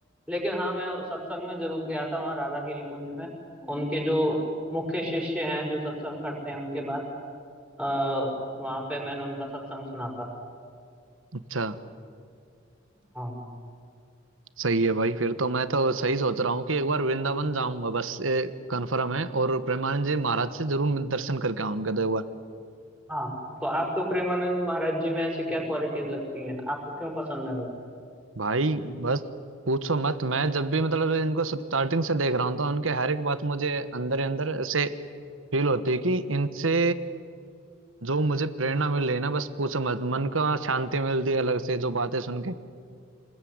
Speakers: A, in the centre; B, on the right (about 80°).
A: लेकिन हाँ मैं सत्संग में जरूर गया था वहाँ राधा केली कुंज में उनके जो मुख्य शिष्य हैं जो सत्संग करते हैं उनके बाद अः वहां पे मैंने उनका सत्संग सुना था
B: अच्छा
A: हाँ
B: सही है भाई फिर तो मैं तो सही सोच रहा हूँ कि एक बार वृंदावन जाऊंगा बस कंफर्म है और प्रेमानंद जी महाराज से जरूर मैं दर्शन करके आऊंगा तो एक बार
A: हाँ तो आपको प्रेमानंद महाराज जी में ऐसी क्या क्वालिटीज लगती हैं आपको क्यों पसंद है वो
B: भाई बस पूछो मत मैं जब भी मतलब इनको स्टार्टिंग से देख रहा हूँ तो उनके हर एक बात मुझे अंदर ही अंदर से फील होती है कि इनसे जो मुझे प्रेरणा मिल रही है ना बस पूछो मत मन का शांति मिलती है अलग से जो बातें सुन के